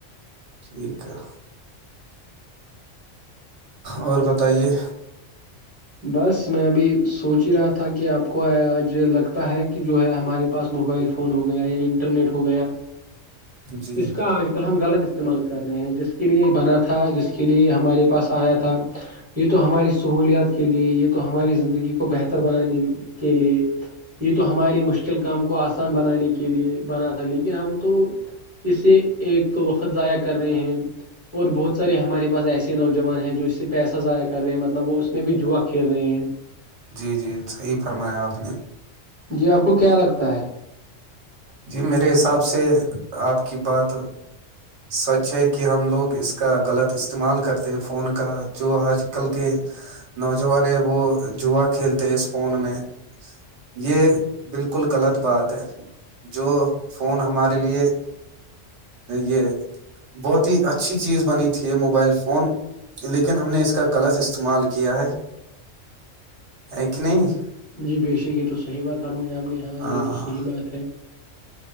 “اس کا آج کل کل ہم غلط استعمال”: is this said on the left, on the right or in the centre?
Left